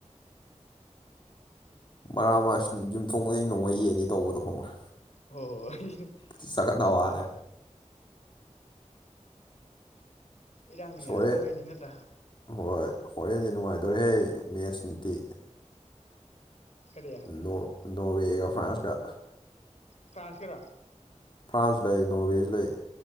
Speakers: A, on the left (about 40°); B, on the left (about 65°).
A: ꯃꯔꯥꯛ ꯃꯥ ꯌꯨꯝꯊꯣꯡ ꯈꯨꯗꯤꯡ ꯅꯣꯡꯃꯩ ꯌꯦꯡꯅꯤ ꯇꯧꯕꯗꯣ ꯈꯪꯕ꯭ꯔꯥ
B: ꯍꯣ ꯍꯣ ꯍꯣꯏ
A: ꯊꯤ ꯆꯒꯅ ꯋꯥꯅꯦ
B: ꯏꯔꯥꯡꯅ
A: ꯍꯣꯔꯦꯟ
B: ꯌꯥꯔꯛꯇꯕꯩꯅꯤ ꯅꯠꯇ꯭ꯔꯥ
A: ꯍꯣꯏ ꯍꯣꯔꯦꯟꯗꯤ ꯅꯨꯡꯉꯥꯏꯗꯣꯔꯦꯍꯦ ꯃꯦꯠꯁ ꯇꯤ
B: ꯀꯔꯤ
A: ꯅꯣꯔ ꯅꯣꯔꯋꯦ ꯒ ꯐ꯭ꯔꯥꯟꯁ ꯀ
B: ꯐ꯭ꯔꯥꯟꯁꯀꯔꯣ
A: ꯐ꯭ꯔꯥꯟꯁꯨ ꯂꯩ ꯅꯣꯔꯋꯦꯁꯨ ꯂꯩ꯫